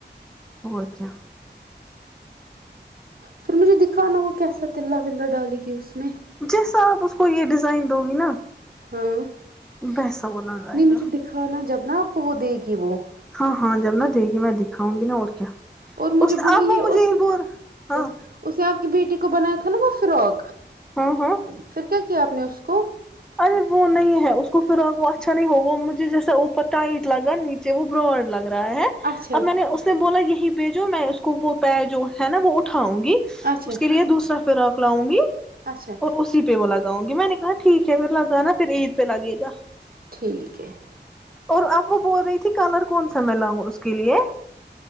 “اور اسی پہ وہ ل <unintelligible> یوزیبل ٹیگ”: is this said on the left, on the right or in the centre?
Centre